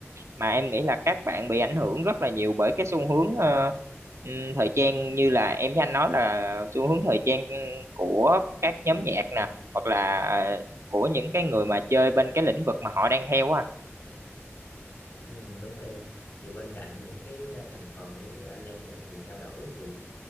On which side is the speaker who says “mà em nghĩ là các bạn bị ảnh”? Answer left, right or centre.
Right